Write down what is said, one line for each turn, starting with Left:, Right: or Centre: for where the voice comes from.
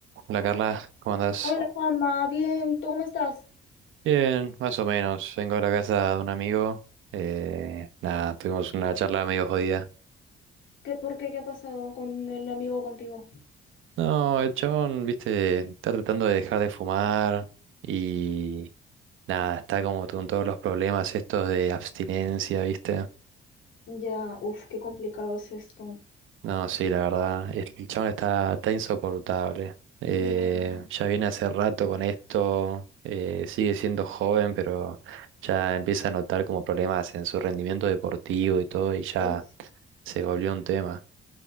Right: Hola Carla, ¿cómo andás?
Left: Hola Juanma, bien, ¿tú cómo estás?
Right: Bien, más o menos. Vengo a la casa de un amigo. eh, nada, tuvimos una charla medio jodida.
Left: ¿Qué por qué? ¿Qué ha pasado con el amigo contigo?
Right: No, el chabón, viste, está tratando de dejar de fumar y nada, está como con todos los problemas estos de abstinencia, viste.
Left: Ya, uf, qué complicado es esto.
Right: No, sí, la verdad, el el chabón está, está insoportable. Eh,
Left: Mm,
Right: ya viene hace rato con esto, eh, sigue siendo joven, pero ya empieza a notar como problemas en su rendimiento deportivo y todo, y ya
Left: uf,
Right: se volvió un tema.